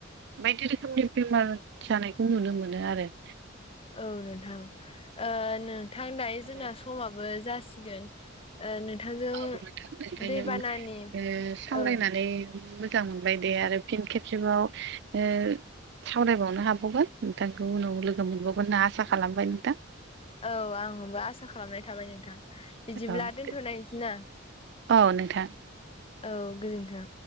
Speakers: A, on the right; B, on the left.
A: बायदि रोखोमनि बेमार जानायखौ नुनो मोनो आरो
B: औ नोंथां ओ नोंथां दायो
A: आरो
B: जोंना समाबो जासिगोन ओ नोंथांजों
A: औथां ओमाय
B: दैबानानि
A: नों ओ सावरायनानै
B: औ
A: मोजां मोनबाय दे आरो फिन खेबसेबाव ओ सावरायबावनो हाबावगोन नोंथांखौ उनाव लोगो मोनबावगोन होनना आसा खालामबाय नोंथां
B: औ आं हमबा आसा खालामनाय थाबाय नोंथां बिदिब्ला
A: औ
B: दोनथ'नायसै ना
A: औ नोंथां
B: औ गोजोनथों